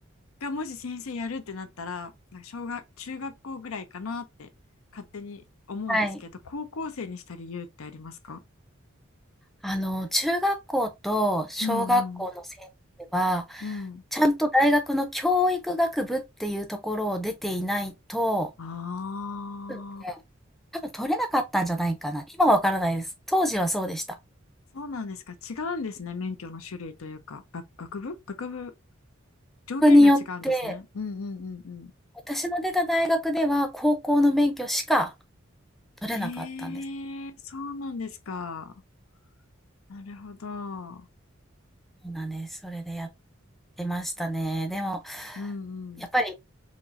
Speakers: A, on the left (about 85°); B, in the centre.
A: がもし先生やるってなったら、なんか小学、中学校ぐらいかなって勝手に思うんですけど、
B: はい。
A: 高校生にした理由ってありますか
B: あの、中学校と小学校の先生は、
A: うんうん。うん。
B: ちゃんと大学の教育学部っていうところを出ていないと、
A: ああ
B: うん、ね、多分取れなかったんじゃないかな。今はわからないです。当時はそうでした。
A: そうなんですか。違うんですね。免許の種類というか、学、学部学部、条件が違うんですね。
B: 学によって、
A: うんうんうんうん
B: 私の出た大学では高校の免許しか取れなかったんです。
A: へえ、そうなんですか。なるほど。うん。
B: そうなんです。それでやってましたね。でも、
A: うんうん。
B: やっぱり、